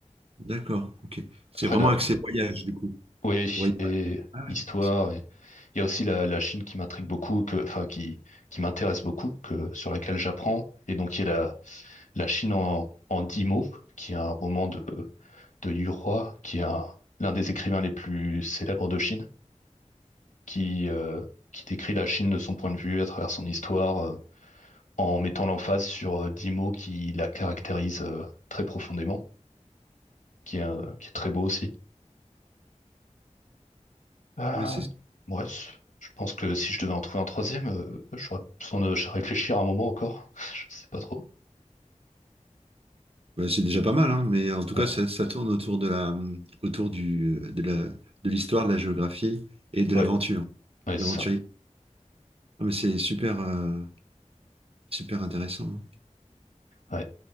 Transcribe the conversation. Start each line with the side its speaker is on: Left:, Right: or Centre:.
Right: D'accord, ok. C'est
Left: Après,
Right: vraiment
Left: la,
Right: axé voyage, du coup.
Left: oui,
Right: Voyage.
Left: et
Right: Ah ouais,
Left: histoire,
Right: c'est ça.
Left: et il y a aussi la, la Chine qui m'intrigue beaucoup, que, enfin, qui, qui m'intéresse beaucoup, que, sur laquelle j'apprends, et donc qui est la, La Chine en, en dix mots, qui est un roman de, de Yu Hua, qui est un- l'un des écrivains les plus célèbres de Chine, qui, euh, qui décrit la Chine de son point de vue à travers son histoire, euh, en mettant l'emphase sur euh, dix mots qui la caractérisent euh, très profondément, qui est, un- qui est très beau aussi. Euh,
Right: Ah Ouais, c'est
Left: ouais, c- je pense que si je devais en trouver un troisième, euh, j'aurais besoin de réfléchir un moment encore. <laughs> Je sais pas trop.
Right: bah, c'est déjà pas mal, hein, mais en tout cas,
Left: Ouais,
Right: ça, ça tourne autour de la, autour du, de la, de l'histoire, de la géographie et de
Left: ouais,
Right: l'aventure,
Left: ouais,
Right: d'aventurier.
Left: c'est ça.
Right: Ah, mais c'est super, euh, super intéressant.
Left: Ouais.